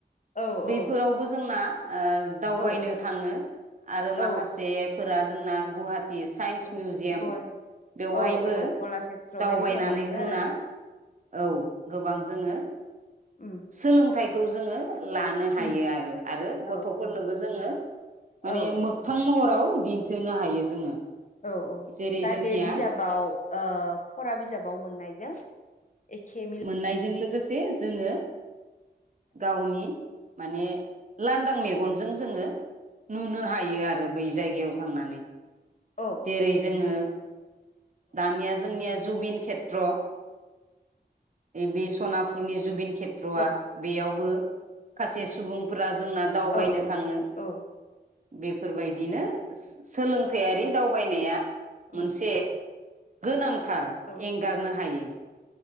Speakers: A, on the left; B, on the right.
A: औ
B: बैफोरावबो जोंना ओ दावबायनो
A: औ
B: थाङो आरो
A: औ
B: माखासेफोरा जोंना गुवाहा टि साइन्स
A: औ
B: मिउजियाम
A: गय
B: बेवहायबो
A: औ औ कलाषेत्र
B: दावबायनानै
A: बायदिफोराव लाङो
B: जोंना
A: आरो
B: औ गोबां जोङो
A: उम
B: सोलोंथाइखौ जोङो लानो हायो
A: उम
B: आरो आरो गथ'फोरनोबो
A: औ औ
B: जोङो माने
A: औ ओ
B: मोगथां महराव होनो हायो जोङो।
A: औ औ
B: जेरै
A: जाहाथे
B: जोंनिया
A: बिजाबाव ओ फरा बिजाबाव मोननायजों एखे मिल
B: मोननायजों लोगोसे जोङो गावनि माने लानदां मेगनजों जोङो नुनो हायो आरो बै जायगायाव थांनानै।
A: औ
B: जेरै जोङो दानिया जोंनिया जुबिन खेत्र। बे सनापुरनि जुबिन खेत्रआ
A: औ
B: बेयावबो माखासे सुबुंफोरा जोंना दावबायनो
A: औ
B: थाङो
A: औ
B: बेफोरबायदिनो सोलोंथारि दावबायनाया
A: उम
B: मोनसे गोनांथार
A: औ
B: एंगारनो हायै।